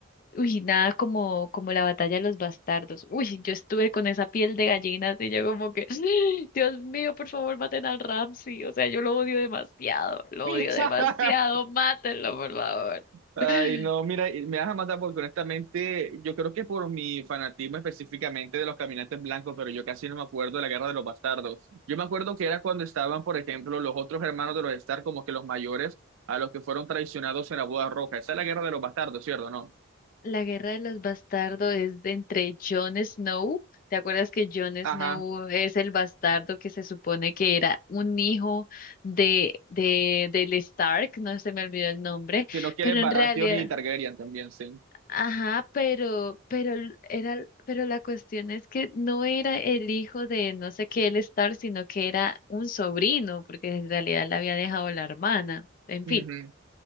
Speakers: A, on the left; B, on the right.
A: Uy, nada como, como la batalla de los bastardos. Uy, yo estuve con esa piel de gallina, y yo como que, <gasps> Dios mío, por favor, maten al Ramsey. O sea, yo lo odio demasiado, lo
B: <laughs>
A: odio demasiado, mátenlo, por favor. <gasps>
B: Ay,
A: <laughs>
B: no, mira, y me vas a matar porque honestamente yo creo que por mi fanatismo específicamente de los caminantes blancos, pero yo casi no me acuerdo de la Guerra de los Bastardos. Yo me acuerdo que era cuando estaban, por ejemplo, los otros hermanos de los Stark, como que los mayores, a los que fueron traicionados en la Boda Roja. Esa es la Guerra de los Bastardos, ¿cierto? ¿No?
A: La guerra de los bastardos es de entre Jon Snow. ¿Te acuerdas que Jon
B: Ajá.
A: Snow es el bastardo que se supone que era un hijo de, de, del Stark? No se me olvidó el nombre,
B: Si no quieres
A: pero
B: Baratheon
A: en realidad.
B: y Targaryen también, sí.
A: Ajá, pero, pero l- era, pero la cuestión es que no era el hijo de no sé qué el Star, sino que era un sobrino, porque en realidad la había dejado la hermana. En
B: Ujú.
A: fin.